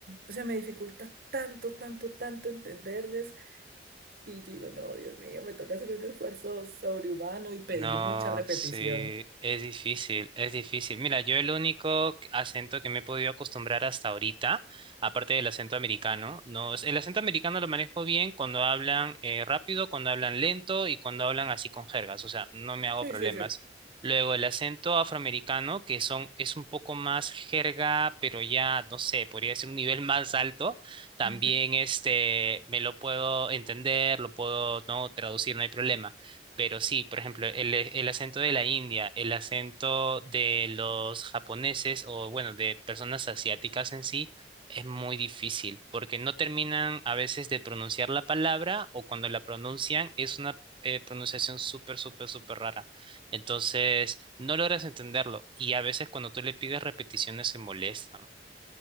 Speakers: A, on the right (about 55°); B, on the right (about 30°).
A: se me dificulta tanto, tanto, tanto entenderles y yo digo, no, Dios mío, me toca hacer un esfuerzo sobrehumano y pedir
B: No,
A: mucha repetición.
B: sí, es difícil, es difícil. Mira, yo el único que- acento que me he podido acostumbrar hasta ahorita, aparte del acento americano, no, es- el acento americano lo manejo bien cuando hablan eh, rápido, cuando hablan lento y cuando hablan así con jergas, o sea, no me hago
A: Sí,
B: problemas.
A: sí,
B: Luego el acento afroamericano, que son, es un poco más jerga, pero ya, no sé, podría ser un nivel <laughs> más alto. También
A: sí.
B: este, me lo puedo entender, lo puedo, no, traducir, no hay problema. Pero sí, por ejemplo, el, e, el acento de la India, el acento de los japoneses o, bueno, de personas asiáticas en sí, es muy difícil porque no terminan a veces de pronunciar la palabra o cuando la pronuncian es una eh, pronunciación súper, súper, súper rara. Entonces, no logras entenderlo y a veces cuando tú le pides repeticiones se molestan.